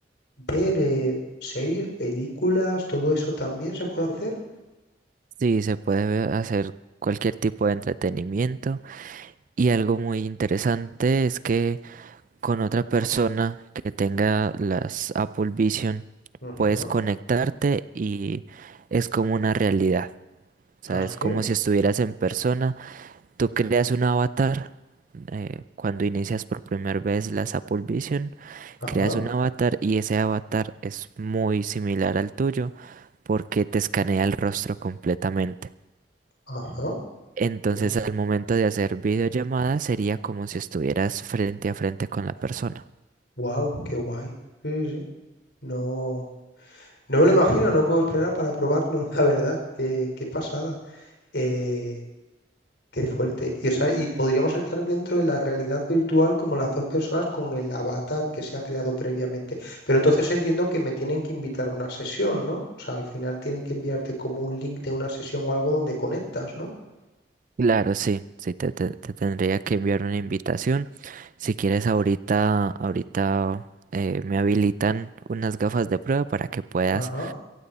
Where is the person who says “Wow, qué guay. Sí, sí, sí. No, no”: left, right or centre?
Left